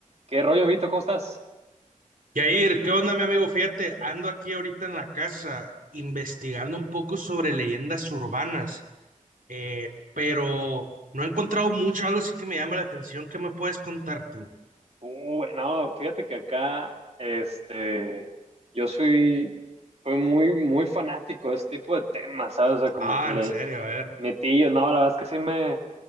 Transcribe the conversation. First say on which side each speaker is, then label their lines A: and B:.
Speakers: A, on the right; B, on the right.
A: ¿Qué rollo, Vito? ¿Cómo estás?
B: Yair, ¿qué onda, mi amigo? Fíjate, ando aquí ahorita en la casa investigando un poco sobre leyendas urbanas, eh, pero no he encontrado mucho, algo sí que me llama la atención. ¿Qué me puedes contar tú?
A: Uh, no, fíjate que acá, este, yo soy, soy muy, muy fanático de este tipo de temas, ¿sabes? O sea, como
B: Ah,
A: que le
B: en serio, a ver.
A: metí yo, no, la verdad es que sí me,